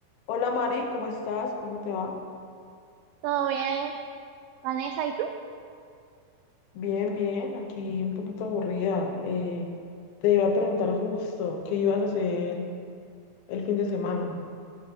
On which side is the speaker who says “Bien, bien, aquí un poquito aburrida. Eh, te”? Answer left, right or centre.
Left